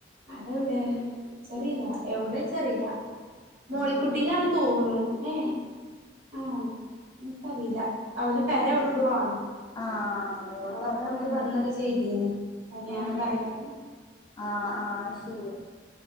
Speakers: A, on the right; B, on the left.
A: അതെ വ്ടെ ഇച്ചറീലാ എവിടെ ഇച്ചറീല മോളിക്കുട്ടീലാണ്
B: ഏഹ്
A: തോന്നുണു ഏയേ ആണോ ഇന്ക്കറീല അവല പെര
B: ഏഹ്
A: അവിടെ എവിടോ ആണ്
B: ആഹ് ഓൾത്
A: ഓളെപ്പ
B: അവിടെ അടുത്തന്നെയാണ്
A: ഇങ്ങട്ട് വന്നൊക്കെ ചെയ്തീനി കല്യാണം
B: ഏഹ്
A: പറയാന്
B: ആഹ് ആഹ് അയ് ശരി.